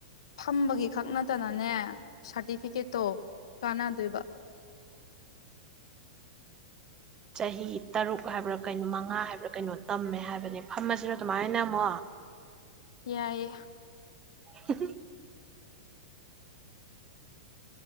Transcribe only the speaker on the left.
ꯊꯝꯕꯒꯤ ꯈꯛ ꯅꯠꯇꯅꯅꯦ ꯁꯥꯔꯇꯤꯐꯤꯀꯦꯠꯇꯣ ꯀꯥꯟꯅꯗꯣꯏꯕ
ꯌꯥꯑꯌꯦ